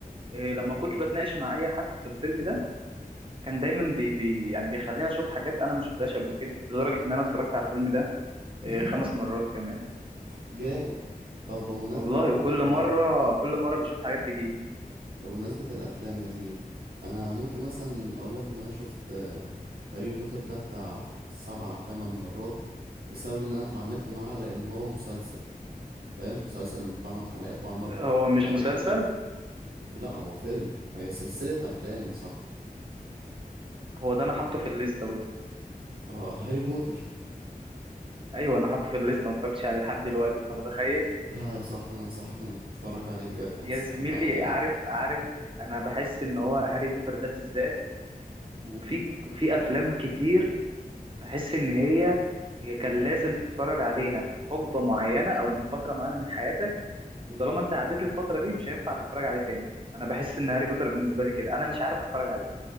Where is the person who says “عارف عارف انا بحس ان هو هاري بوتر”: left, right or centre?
Right